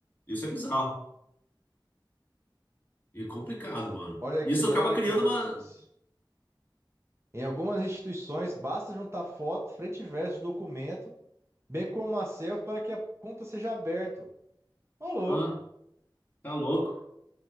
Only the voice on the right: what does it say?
Olha aqui,
eu tô
lendo aqui
a notícia.
Em algumas instituições, basta juntar foto, frente e verso do documento, bem como uma selfie, para que a conta seja aberta. Ô, louco.